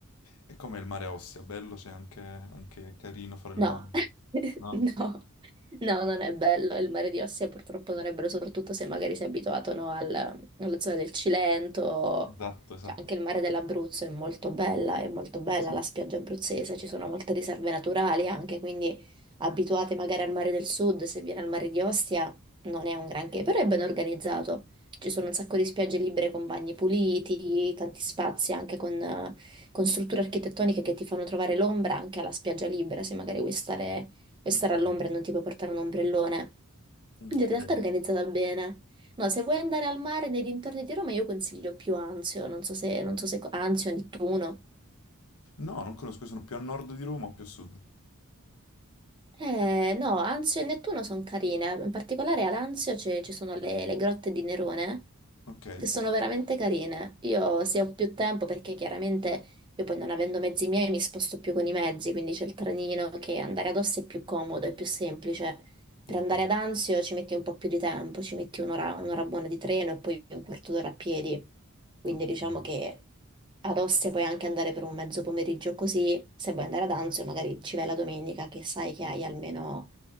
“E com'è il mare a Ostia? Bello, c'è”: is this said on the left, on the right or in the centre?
Left